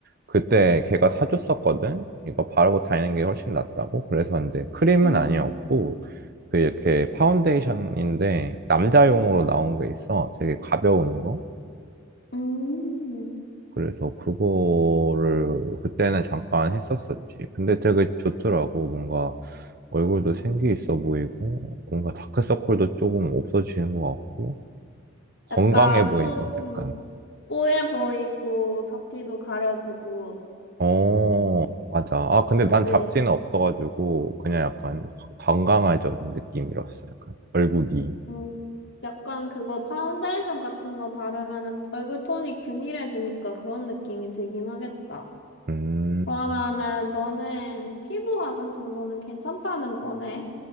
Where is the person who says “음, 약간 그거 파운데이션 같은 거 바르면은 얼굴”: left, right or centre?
Left